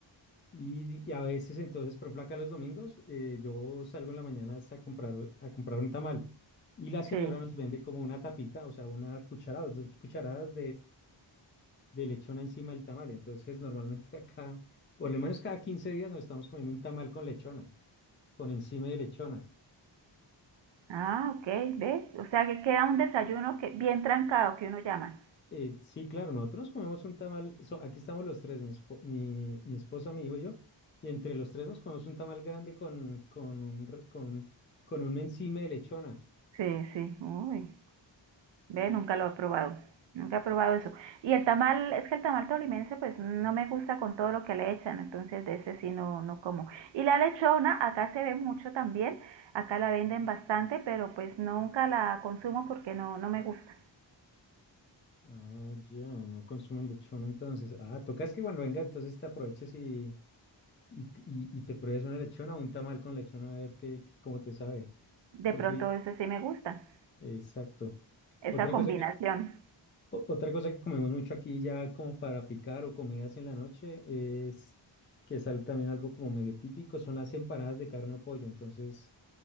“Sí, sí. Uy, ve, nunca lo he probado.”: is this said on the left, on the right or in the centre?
Right